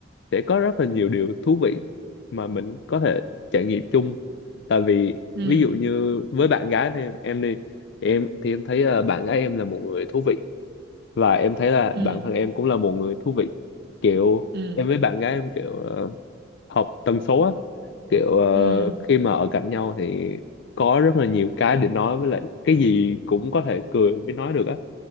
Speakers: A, on the left; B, on the right.
A: sẽ có rất là nhiều điều thú vị mà mình có thể trải nghiệm chung tại vì
B: ừ
A: ví dụ như với bạn gái thì em đi thì em thì em thấy ờ, bạn gái em là một người thú vị và em thấy là
B: ừ
A: bản thân em cũng là một người thú vị kiểu
B: ừ
A: em với bạn gái em kiểu ờ, hợp tần số á kiểu ờ,
B: ừ
A: khi mà ở cạnh nhau thì có rất là nhiều cái để nói với lại cái gì cũng có thể cười với nói được á